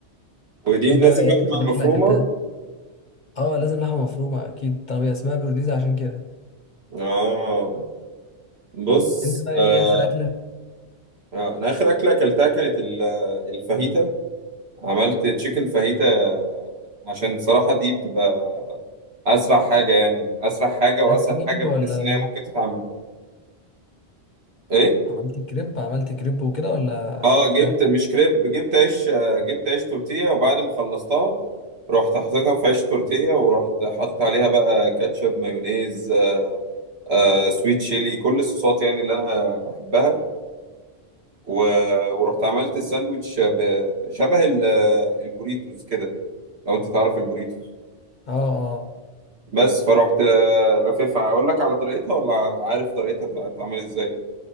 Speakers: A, on the right; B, on the left.
A: ودي
B: أنت
A: لازم
B: بقى إيه
A: لحمة
B: آخر أكلة
A: مفرومة
B: أكلتها؟ أه لازم لحمة مفرومة أكيد طالما هي اسمها برونيزا عشان كده
A: اه بص
B: أنت بقى
A: آه.
B: إيه آخر أكلة؟
A: آه. انا اخر اكلة اكلتها كانت ال- آه، الفاهيتا عملت تشيكن فاهيتا آه، عشان صراحة دي بتبقى اسرع حاجة يعني اسرع حاجة
B: لا
A: واسهل
B: كريب
A: حاجة بحس
B: ولا
A: ان
B: إيه؟
A: هي ممكن تتعمل ايه
B: عملت كريب عملت كريب وكده ولا
A: اه
B: فراخ؟
A: جبت مش كريب جبت عيش آه، جبت عيش تورتيه وبعد ما خلصتها رحت حطيتها في عيش تورتيه ورحت حاطط عليها بقى كاتشب مايونيز آه آه سويت شيلي كل الصوصات يعني اللي انا بحبها و... ورحت عملت الساندوتش ب- شبه ال- البوريتوز كده لو انت تعرف البوريتوز
B: أه أه
A: بس فرحت آه، لففها اقول لك على طريقتها ولا عارف طريقتها بتاع- بتتعمل ازاي